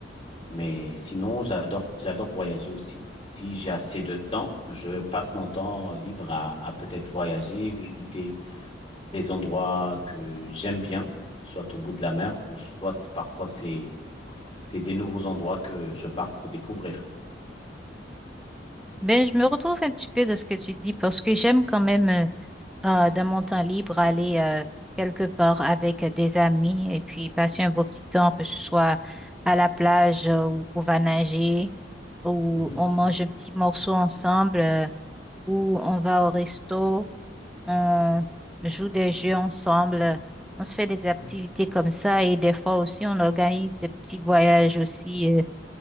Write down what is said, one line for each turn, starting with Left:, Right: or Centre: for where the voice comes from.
Left: Mais sinon, j'adore, j'adore voyager aussi. Si j'ai assez de temps, je passe mon temps libre à, à peut-être voyager, visiter des endroits que j'aime bien, soit au bout de la mer ou soit parfois c'est c'est des nouveaux endroits que je pars pour découvrir.
Centre: Mais je me retrouve un petit peu de ce que tu dis parce que j'aime quand même. euh, euh, de mon temps libre, aller euh, quelque part avec des amis et puis passer un beau petit temps, que ce soit à la plage euh, où on va nager, où
Left: Mhm,
Centre: on
Left: mhm,
Centre: mange un petit morceau ensemble, euh, où on va au resto, on joue des jeux ensemble, on se fait des activités
Left: mhm,
Centre: comme ça et des fois aussi on organise des petits voyages aussi euh,